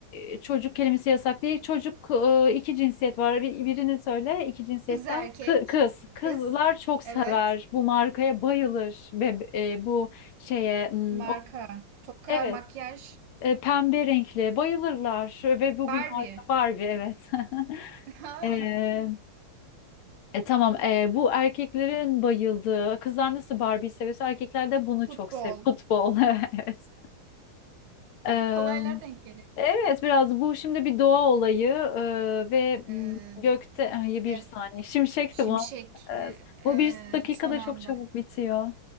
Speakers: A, on the left; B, on the right.
A: e, çocuk kelimesi yasak değil. Çocuk e, iki cinsiyet var. Bir- birini söyle iki cinsiyetten.
B: Kız erkek.
A: Kı- kız. Kızlar
B: Kız.
A: çok sever.
B: Evet.
A: Bu markaya bayılır. Ve e, bu şeye hmm,
B: Marka.
A: o-
B: Toka,
A: evet
B: makyaj.
A: e, pembe renkli bayılırlar. Ve bu
B: Barbie.
A: bir marka Barbie evet. <laughs>
B: <laughs>
A: Ee, e, tamam. Ee, bu erkeklerin bayıldığı, kızlar nasıl Barbie'yi seviyorsa erkekler de bunu
B: Futbol.
A: çok seviyor. Futbol, <laughs> evet. Ee,
B: Kolaylar denk gelir.
A: evet, biraz bu şimdi bir doğa olayı ee, ve mm,
B: Ee,
A: gökte, ay bir
B: de,
A: saniye, şimşekti
B: şimşek.
A: bu. Evet.
B: Ee,
A: Bu bir dakikada
B: e, son anda.
A: çok çabuk bitiyor.